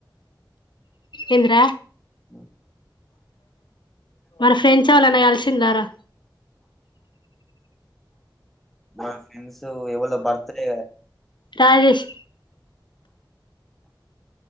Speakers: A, on the left (about 70°); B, in the centre.
A: ఏందిరా
B: ఉ
A: మరి ఫ్రెండ్స్ ఎవరైనా కలిసింరా రా
B: మా ఫ్రెండ్స్ ఎవళ్ళో బర్త్డే
A: రాజేష్